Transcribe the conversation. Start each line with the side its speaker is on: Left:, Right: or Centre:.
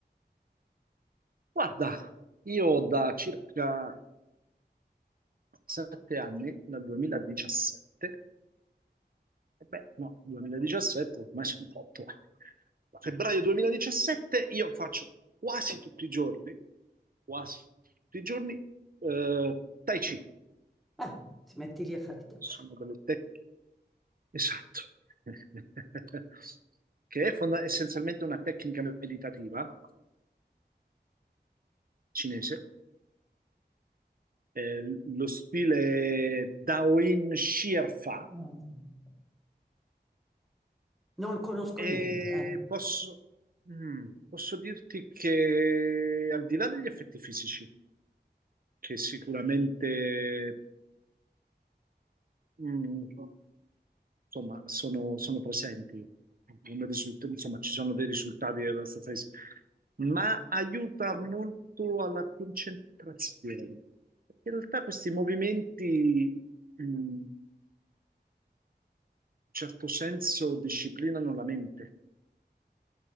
Right: Guarda, io da circa sette anni, dal 2017, e beh, no, 2017, ormai sono otto anni. Da febbraio 2017 io faccio quasi tutti i giorni, quasi tutti i giorni, eh, Tai Chi.
Centre: Ah, ti metti lì a fare te.
Right: Sono delle tec- Esatto. <laughs> Che è fonda- essenzialmente una tecnica meditativa cinese. Eh, lo stile Daoin Shir Fa
Centre: No, no, no. Non conosco
Right: E
Centre: niente, eh,
Right: posso, mm, posso dirti che al di là degli effetti fisici, che sicuramente mm, insomma, sono, sono presenti, come risult- insomma, ci sono dei risultati abbastanza fisici, ma aiuta molto alla concentrazione. Perché In realtà questi movimenti, mm, in un certo senso, disciplinano la mente.